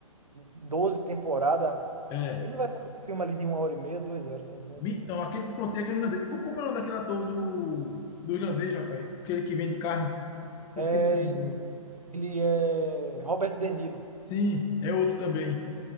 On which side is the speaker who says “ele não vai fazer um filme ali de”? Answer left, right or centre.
Right